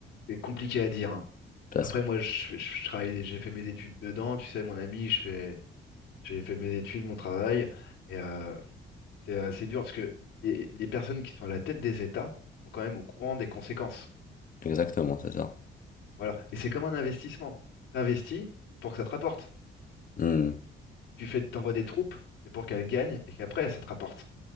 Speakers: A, on the left; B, on the left.
A: C'est compliqué à dire, hein.
B: parce
A: Après,
B: que-
A: moi, je, je- je travaille, j'ai fait mes études dedans, tu sais, mon ami, je fais, j'ai fait mes études, mon travail, et euh, c'est euh, c'est dur parce que les, les personnes qui sont à la tête des États sont quand même au courant des conséquences.
B: exactement, c'est ça.
A: Voilà, et c'est comme un investissement. T'investis, c'est pour que ça te rapporte.
B: Hmm,
A: tu fais, t'envoies des troupes, c'est pour qu'elles gagnent et qu'après, ça te rapporte.